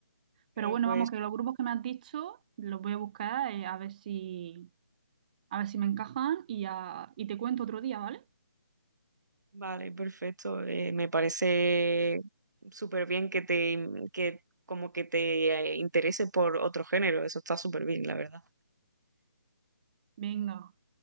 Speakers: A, on the right; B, on the right.
A: Pero
B: Pero
A: bueno,
B: pues,
A: vamos, que los grupos que me has dicho los voy a buscar eh, a ver si, a ver si me encajan y, ya- y te cuento otro día, ¿vale?
B: vale, perfecto. Eh, me parece súper bien que te, que como que te eh, interese por otro género. Eso está súper bien, la verdad.
A: Venga,